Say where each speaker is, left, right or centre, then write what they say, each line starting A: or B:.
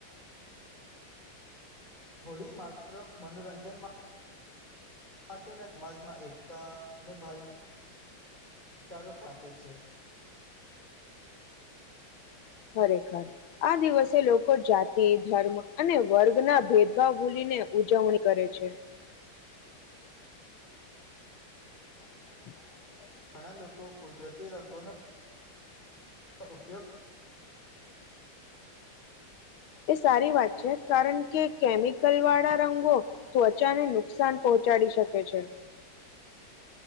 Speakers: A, on the left (about 20°); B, on the left (about 80°).
A: થોડી માત્ર મનોરંજનમાં માટેના સમાજમાં એકતા અને ભાઈ વિચારોપ આપે છે
B: ખરેખર આ દિવસે લોકો જાતિ ધર્મ અને વર્ગના ભેદભાવ ભૂલીને ઉજવણી કરે છે <inaudible>
A: ઘણા લોકો કુદરતી રંગોનો ઉપયોગ
B: એ સારી વાત છે કારણ કે કેમિકલ વાળા રંગો ત્વચાને નુકસાન પહોંચાડી શકે છે